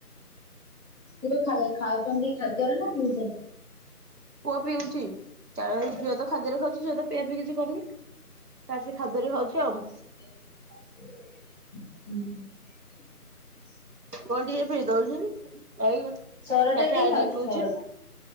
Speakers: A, on the right (about 30°); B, on the right (about 80°).
A: କ୍ଷୀର ଖାଏ ଖାଉଛନ୍ତି ଖାଦ୍ୟରେ ନା ପିଉଛନ୍ତି?
B: ପୁଅ ପିଉଛି କାର ଝିଅତ ଖାଦ୍ୟରେ ଖାଉଛି ଝିଅ ତ ପିଆ ପିଇ କିଛି କରୁନି। ତାର ସେ ଖାଦ୍ୟରେ ହୋଉଛି ଆଉ।
A: <unintelligible>
B: ପୁଅ ଟିକେ ପିଇ ଦଉଛି ଏଇ
A: ସର ଟା
B: ଚାରିଟା
A: କିଏ
B: ବେଳେ
A: ଖାଉଛି
B: ଟିକେ ପିଉଛି।
A: ସର ଟା?